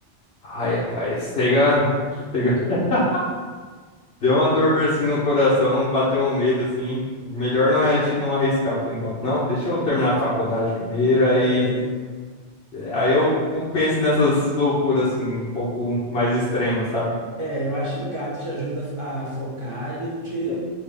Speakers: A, on the left; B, on the right.
A: Ai, rapaz, chega, chega. <laughs> Deu uma dor assim no coração, bateu um medo assim. Melhor não é a gente não arriscar por enquanto, não. Deixa eu terminar a faculdade primeiro, aí,
B: É,
A: aí eu penso nessas loucuras assim, um pouco mais extremas, sabe?
B: é, eu acho que o gato te ajuda a focar e não te
A: Eu